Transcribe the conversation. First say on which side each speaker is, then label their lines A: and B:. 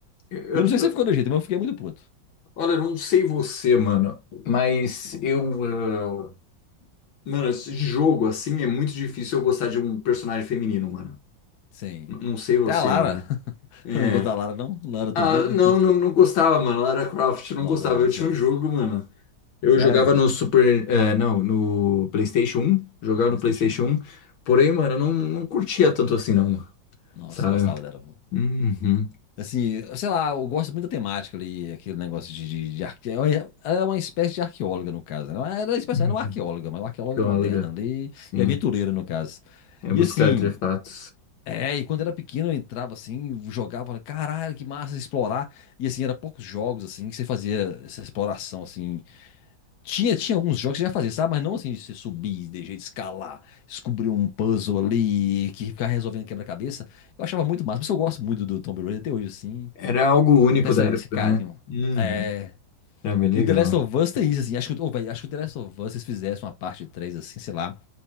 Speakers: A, on the left; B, on the left.
A: Eu,
B: Eu
A: eu-
B: não sei se
A: eu-
B: ficou do jeito, mas eu fiquei muito puto.
A: olha, eu não sei você, mano, mas eu, eh, Mano, esse jogo assim é muito difícil eu gostar de um personagem feminino, mano.
B: Sim.
A: N- Não sei você,
B: Até a Lara.
A: mano.
B: <laughs>
A: É.
B: Eu não gosto da Lara, não? Lara
A: Ah,
B: Tomb Raider?
A: não, não, não gostava, mano. Lara Croft
B: <laughs>
A: não
B: Nossa,
A: gostava.
B: eu gosto
A: Eu tinha
B: dela.
A: um jogo, mano. Eu
B: Sério?
A: jogava no Super. é, não, no PlayStation um. Jogava
B: Do PlayStation
A: no PlayStation
B: 1.
A: um. Porém, mano, eu não, não curtia tanto assim, não, mano.
B: Nossa,
A: Sabe?
B: eu gostava dela.
A: Uhum.
B: Assim, sei lá, eu gosto muito da temática ali, aquele negócio de, de, de arque... Ela é uma espécie de arqueóloga, no caso, né? Ela era uma espécie,
A: Uhum.
B: era uma arqueóloga, mas uma arqueóloga
A: Claro,
B: moderna
A: cara.
B: ali
A: Sim.
B: e aventureira, no caso.
A: É
B: E
A: buscar
B: assim,
A: artefatos.
B: é, e quando era pequeno eu entrava assim, jogava, falava, caralho, que massa explorar. E assim, era poucos jogos assim que você fazia essa exploração assim. Tinha, tinha alguns jogos que você já fazia, sabe? Mas não assim de você subir, de jeito de escalar, descobrir um puzzle ali, que ficar resolvendo quebra-cabeça. Eu achava muito massa, mas eu gosto muito do Tomb Raider até hoje, assim.
A: Era algo único
B: Até essa-
A: da
B: esse
A: época,
B: carinho.
A: né? Uhum.
B: É,
A: Era bem legal.
B: E o The Last of Us tem isso, assim. Acho que, o- ô, véi, acho que o The Last of Us, se eles fizessem uma parte 3 assim, sei lá,